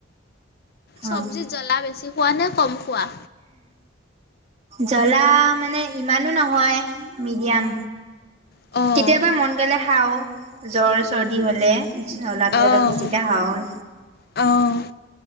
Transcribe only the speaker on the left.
চব্জিৰ
জ্বলা বেছি। হোৱা নে কম খোৱা।
অ',
অ',
অ', অ',